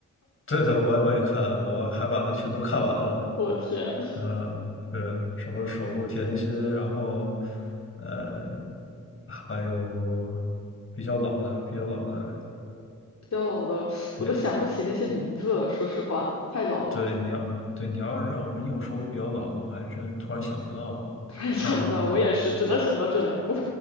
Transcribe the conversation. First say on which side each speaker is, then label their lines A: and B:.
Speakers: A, on the left; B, on the left.
A: 对的，我我也看，我还把它全都看完了呢。
B: <laughs> 我天，
A: 嗯，是什么守护甜心，然后呃，还有比较老的，比较老的，
B: 比较老的我都想不起那些名字了，
A: 你
B: 说实话，太老了，
A: 对你要对你要让我硬说比较老的，我还真突然想不到了。
B: 突然想不到。
A: 呃
B: 我也是，只能想到这两部。